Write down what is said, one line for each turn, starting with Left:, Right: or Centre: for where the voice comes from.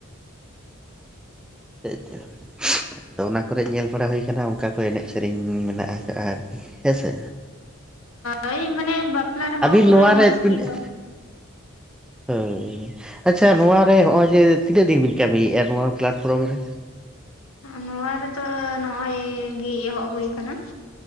Centre: ᱛᱮᱡ ᱛᱮ᱾ ᱟᱫᱚ ᱚᱱᱟ ᱠᱚᱨᱮ ᱧᱮᱞ ᱵᱟᱲᱟ ᱦᱩᱭ ᱠᱟᱱᱟ ᱚᱱᱠᱟ ᱠᱚ ᱮᱱᱮᱡ ᱥᱮᱨᱮᱧ ᱢᱮᱱᱟᱜ ᱟᱠᱟᱜᱼᱟ ᱟᱨᱠᱤ ᱦᱮᱸᱥᱮ᱾
Left: ᱦᱳᱭ ᱢᱟᱱᱮ ᱵᱟᱯᱞᱟ ᱨᱮᱦᱚᱸ
Centre: ᱟᱹᱵᱤᱱ
Left: ᱯᱩᱨᱟ
Centre: ᱱᱚᱣᱟᱨᱮ
Left: ᱢᱚᱸᱡᱽᱜᱮ
Centre: ᱛᱤᱱᱟᱹᱜ
Left: ᱫᱚ᱾
Centre: ᱦᱳᱭ ᱟᱪᱷᱟ ᱱᱚᱣᱟ ᱨᱮ ᱱᱚᱜᱚᱭ ᱡᱮ ᱛᱤᱱᱟᱹᱜ ᱫᱤᱱ ᱵᱤᱱ ᱠᱟᱹᱢᱤᱭᱮᱫᱼᱟ ᱱᱚᱣᱟ ᱯᱞᱟᱴᱯᱷᱨᱚᱢ ᱨᱮ?
Left: ᱱᱚᱶᱟ ᱨᱮᱫᱚ ᱱᱚᱜᱚᱭ ᱜᱤ ᱮᱦᱚᱵ ᱦᱩᱭᱩ ᱟᱠᱟᱱᱟ᱾